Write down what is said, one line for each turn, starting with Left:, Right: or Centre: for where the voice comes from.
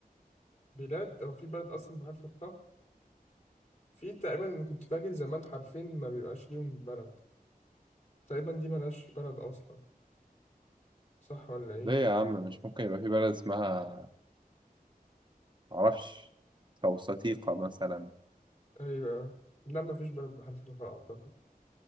Left: بلاد هو في بلد أصلا بحرف الخاء في تقريبا أنا كنت فاكر زمان حرفين ما بيبقاش ليهم بلد تقريبا دي ملهاش بلد أصلا صح ولا إيه؟
Right: ليه يا عم مش ممكن يبقى في بلد اسمها معرفش توسطيقة مثلا
Left: أيوه لا مفيش بلد بحرف الخاء أعتقد